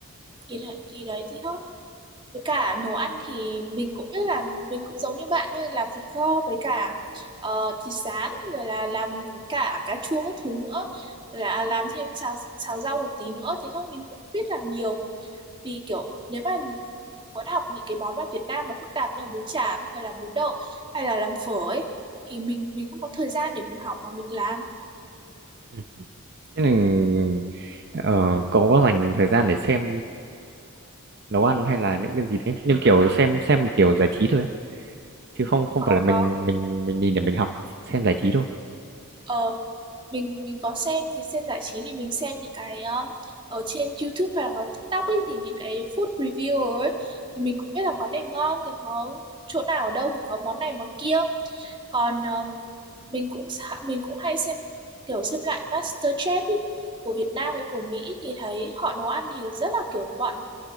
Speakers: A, on the right; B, on the right.
A: thì thì đấy thì thôi. với cả nấu ăn thì mình cũng biết là mình cũng giống như bạn thôi làm thịt kho với cả ờ, thịt rán rồi là làm với cả cà chua các thứ nữa rồi là làm thêm xào xào rau một tí nữa thế thôi mình cũng không biết làm nhiều vì kiểu nếu mà muốn học những cái món mà Việt Nam mà phức tạp như là bún chả không phải là bún đậu hay là làm phở ấy thì mình mình không có thời gian để mình học mà mình làm
B: Ừ. Thế nên ờ, cậu có dành thời gian để xem nấu ăn hay là những cái gì thế? Nhưng kiểu xem xem một kiểu giải trí thôi ấy. Chứ không không
A: có
B: phải là mình
A: có
B: mình mình nhìn để mình học, xem giải trí thôi.
A: ờ mình mình có xem thì xem giải trí thì mình xem những cái um, ở trên YouTube hoặc là TikTok ấy thì những cái food review ấy thì mình cũng biết là quán này ngon thì có chỗ nào ở đâu thì có món này món kia còn um, mình cũng xạ- mình cũng hay xem kiểu xem lại MasterChef ý, của Việt Nam với của Mỹ thì thấy họ nấu ăn thì rất là kiểu bọn